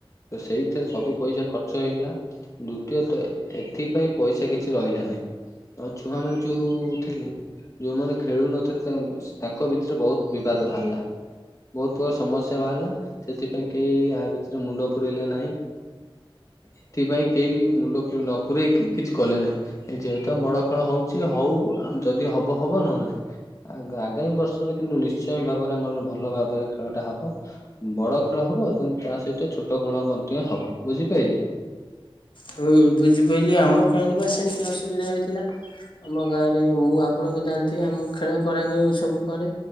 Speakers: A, on the left; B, on the left.
A: ଏ ସେଇଥିରେ ସବୁ ପଇସା ଖର୍ଚ୍ଚ ହେଇଗଲା ଦ୍ଵିତୀୟତ ଏଥିପାଇଁ ପଇସା କିଛି ରହିଲା ନାହିଁ। ଆଉ ଛୁଆ ମାନେ ଯୋଉ। ଥିଲେ ଯୋଉମାନେ ଖେଳୁ ନଥିଲେ ତାମ ତାଙ୍କ ଭିତରେ ବହୁତ ବିବାଦ ବାହାରିଲା। ବହୁତ ପ୍ରକାର ସମସ୍ୟା ବାହାରିଲା ସେଥିପାଇଁ କେହି ଆ ଭିତରେ ମୁଣ୍ଡ ପୁରେଇଲେ ନାହିଁ। ଏଥିପାଇଁ କେହି ମୁଣ୍ଡ ପୁ ନ ପୂରେଇକି କିଛି କଲେ ନାହିଁ ଏ ଯେହେତୁ ଆମ ବଡ ଖେଳ ହଉଛି ହଉ। ଅ ଯଦି ହବ ହବ ନହେଲେ ନାଇ ଆ-ଆଗାମୀ ବର୍ଷରେ କିନ୍ତୁ ନିଶ୍ଚୟ ଭାବରେ ଆମର ଭଲ ଭାବରେ ଖେଳ ଟା ହବ ଉଁ ବଡ ଖେଳ ହବ ଏବଂ ତା ସହିତ ଛୋଟ ଖେଳ ମଧ୍ୟ ହବ। ବୁଝିପାଇଲେ? <inaudible>
B: ହୁଁ ବୁଝିପାରିଲି। ଆମ ଗାଁ ରେ ବା ସେମିତି ଅସୁବିଧା ହେଇଥିଲା ଆମ ଗାଁ ରେ ମୁଁ ଆପଣ ଆ ଜାଣିଥିବେ ଆମ ଖେଳ କରାକ ସବୁ କରେ